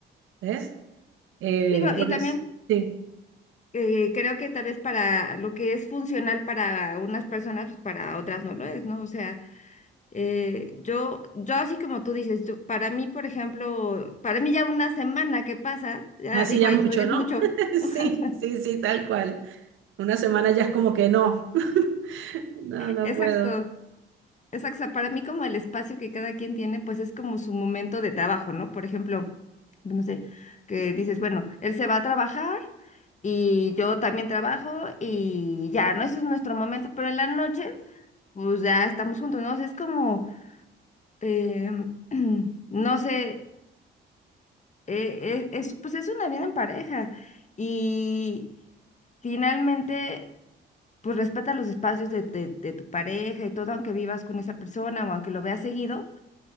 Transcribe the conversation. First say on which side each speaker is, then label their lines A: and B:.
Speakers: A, on the right; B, on the left.
A: ¿ves? Eh,
B: Digo,
A: por
B: y también
A: eso, sí,
B: eh, creo que tal vez para lo que es funcional para unas personas, pues para otras no lo es, ¿no? O sea, Eh, yo, yo así como tú dices, yo- para mí, por ejemplo, para mí ya una semana que pasa, ya
A: así
B: digo,
A: ya
B: ay,
A: es mucho,
B: yo ya es
A: ¿no?
B: mucho.
A: <laughs>
B: <laughs>
A: Sí, sí, sí, tal cual. Una semana ya es como que no, <laughs> no, no
B: Exacto,
A: puedo.
B: exacto. O sea, para mí como el espacio que cada quien tiene, pues es como su momento de trabajo, ¿no? Por ejemplo, no sé, que dices, bueno, él se va a trabajar y yo también trabajo y ya, ¿no? Eso es nuestro momento, pero en la noche, pues ya estamos juntos, ¿no? O sea, es como, eh, <clears throat> no sé. eh, eh, es, pues es una vida en pareja y finalmente, pues respeta los espacios de, de- de tu pareja y todo, aunque vivas con esa persona o aunque lo veas seguido,